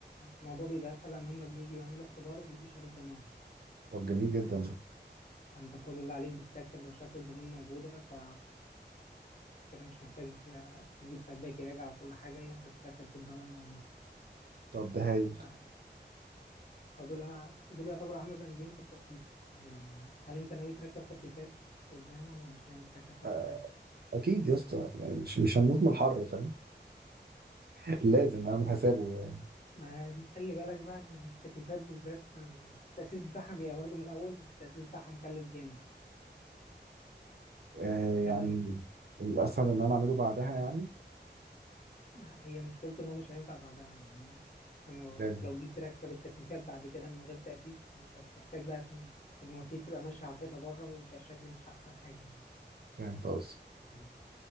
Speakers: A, on the left (about 45°); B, on the right (about 60°).
A: الموضوع بيبقى أسهل إن هما بييجوا يعملوا اختبار وبيدوا شهادة ضمان
B: طب جميل جدا
A: فأنت كل اللي عليك بتتأكد لو شهادة الضمان موجودة ف كده مش محتاج تجيب سباك يراجع وكل حاجة هي أنت بتتأكد بالضمان موجود
B: طب ده هايل
A: ف... فدول دول يعتبروا أهم بندين في التأسيس حاليا هل أنت ناوي تركب تكييفات قدام ولا مش ناوي تركب تكييفات؟
B: آه، اكيد يا اسطى يعني مش مش هنموت من الحر فاهم <laughs>
A: <laughs>
B: لازم اعمل حسابه
A: ما دي خلي بالك بقى ان التكييفات بالذات آه، التأسيس بتاعها بيبقى برضه من الأول بس التأسيس بتاعها مكلف جامد
B: آه
A: تتكلم
B: يعني الاسهل ان انا اعمله بعدها يعني
A: ما- هي مشكلته إن هو مش هينفع بعدها يعني لو
B: لازم
A: لو جيت تركب التكييفات بعد كده من غير تأسيس فأنت بتحتاج بقى تن- المواسير تبقى ماشية على الحيطة بره ويبقى الشكل مش أحسن حاجة يعني
B: فهمت قصدي
A: تمام.